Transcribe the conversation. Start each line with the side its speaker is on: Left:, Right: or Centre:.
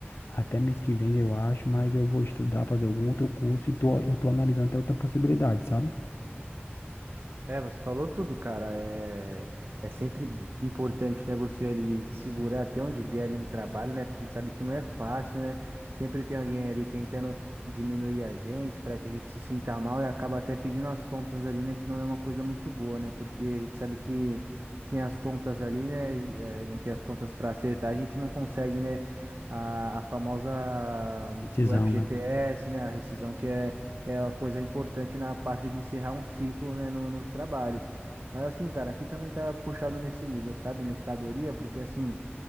Left: até mês que vem, eu acho, mas eu vou estudar, fazer algum outro curso e tô, eu tô analisando até outra possibilidade, sabe?
Right: É, você falou tudo, cara. É, é sempre importante, né, você ali segurar até onde der ali no trabalho, né? Porque a gente sabe que não é fácil, né? Sempre tem alguém ali tentando diminuir a gente para que a gente se sinta mal e acaba até pedindo as contas ali, né? Que não é uma coisa muito boa, né? Porque a gente sabe que sem as contas ali, né? eh, não tem as contas para acertar, a gente não consegue, né? A, a famosa
Left: Decisão,
Right: o FGTS,
Left: né?
Right: né? A rescisão que é uma coisa importante na parte de encerrar um ciclo, né, no- nos trabalhos. Mas assim, cara, aqui também tá puxado nesse nível, sabe? Mercadoria, porque assim.